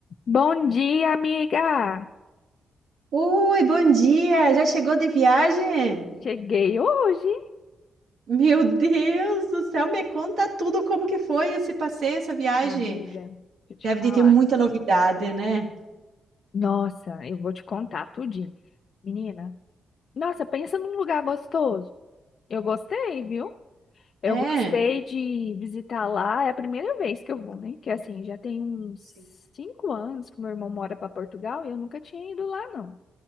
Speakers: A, on the left; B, on the right.
A: Bom dia, amiga!
B: Oi, bom dia! Já chegou de viagem?
A: Cheguei hoje,
B: Meu Deus do céu, me conta tudo como que foi esse passeio, essa viagem.
A: amiga. Deixa
B: Deve
A: eu te falar.
B: de ter muita novidade, né?
A: Nossa, eu vou te contar tudinho. Menina, nossa, pensa num lugar gostoso. Eu gostei, viu? Eu
B: É,
A: gostei de visitar lá. É a primeira vez que eu vou, né? Que assim, já tem uns
B: Sim.
A: cinco anos que meu irmão mora para Portugal e eu nunca tinha ido lá, não.